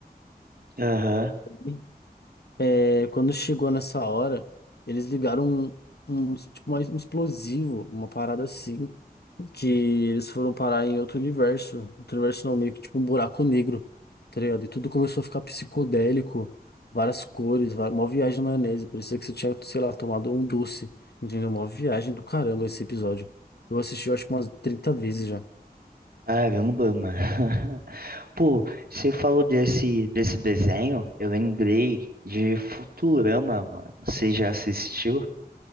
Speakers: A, on the right; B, on the left.
A: Aham.
B: E, É, quando chegou nessa hora, eles ligaram um, um, tipo, mais um explosivo, uma parada assim. que eles foram parar em outro universo. Outro universo não, meio que tipo um buraco negro, tá ligado? E tudo começou a ficar psicodélico, várias cores, va- uma viagem na maionese. Parecia que você tinha, sei lá, tomado um doce, entendeu? Uma viagem do caramba esse episódio. Eu assisti, eu acho que umas 30 vezes já.
A: Caramba, mano. <laughs> Pô, você falou desse, desse desenho, eu lembrei de Futurama, mano. Você já assistiu?